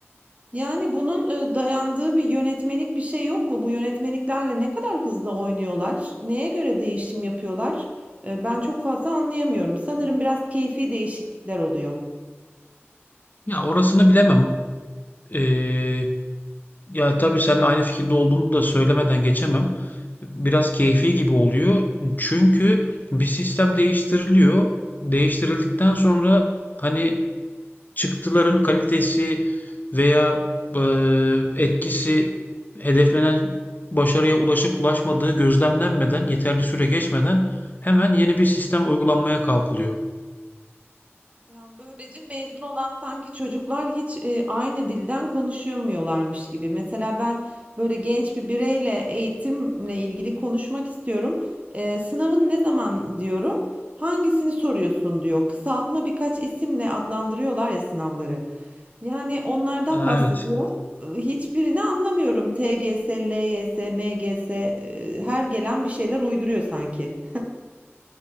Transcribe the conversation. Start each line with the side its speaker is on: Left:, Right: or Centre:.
Right: Yani bunun e, dayandığı bir yönetmelik bir şey yok mu? Bu yönetmeliklerle ne kadar hızlı oynuyorlar? Neye göre değişim yapıyorlar? E, Ben çok fazla anlayamıyorum. Sanırım biraz keyfi değişiklikler oluyor.
Left: Ya orasını bilemem. Ee, ya tabii seninle aynı fikirde olduğumu da söylemeden geçemem. Biraz keyfi gibi oluyor. Çünkü bir sistem değiştiriliyor. Değiştirildikten sonra hani çıktıların kalitesi veya eee, etkisi hedeflenen başarıya ulaşıp ulaşmadığı gözlemlenmeden, yeterli süre geçmeden hemen yeni bir sistem uygulanmaya kalkılıyor.
Right: Yani böylece mezun olan sanki çocuklar hiç e, aynı dilden konuşamıyorlarmış gibi. Mesela ben böyle genç bir bireyle eğitimle ilgili konuşmak istiyorum. E, sınavın ne zaman diyorum? Hangisini soruyorsun diyor. Kısaltma birkaç isimle adlandırıyorlar ya sınavları. Yani onlardan
Left: Ya
Right: bahsediyor.
Left: evet,
Right: E, Hiçbirini anlamıyorum. TGS, LYS, MGS, e, her gelen bir şeyler uyduruyor sanki.